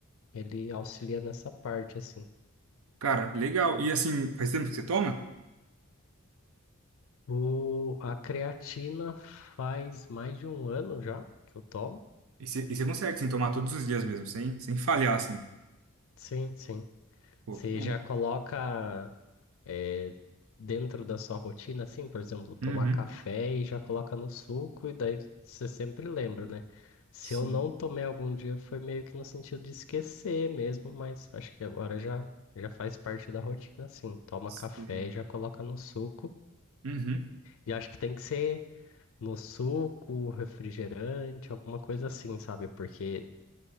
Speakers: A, on the left; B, on the right.
A: ele auxilia nessa parte, assim.
B: Cara, legal. E assim, faz tempo que você toma?
A: O, a creatina faz mais de um ano já que eu tomo.
B: E você, e você consegue, assim, tomar todos os dias mesmo, sem, sem falhar, assim.
A: Sim, sim.
B: Pô,
A: Você
B: que bom.
A: já coloca eh, dentro da sua rotina, assim, por exemplo, tomar
B: Uhum.
A: café e já coloca no suco, e daí você sempre lembra, né? Se
B: Sim,
A: eu não tomei algum dia, foi meio que no sentido de esquecer mesmo, mas acho que agora já, já faz parte da rotina, assim. Toma
B: sei.
A: café e já coloca no suco.
B: Uhum,
A: E acho que tem que ser. no suco, refrigerante, alguma coisa assim, sabe? Porque